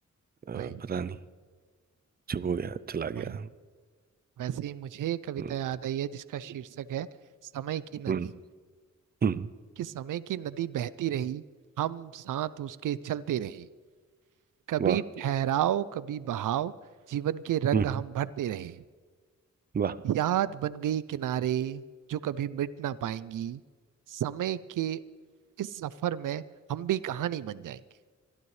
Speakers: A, on the right; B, on the right.
A: अ,
B: वही
A: पता नहीं चुप हो गया चला
B: वही
A: गया
B: वैसे ही मुझे एक कविता
A: हम्म
B: याद आई है जिसका शीर्षक है समय की नदी
A: हम्म हम्म,
B: कि समय की नदी बहती रही हम साथ उसके चलते रहे कभी
A: वाह
B: ठहराव कभी बहाव जीवन के रंग
A: हम्म
B: हम भरते रहे
A: वाह
B: याद बन गई किनारे जो कभी मिट ना पाएंगी समय के इस सफर में हम भी कहानी बन जाएंगे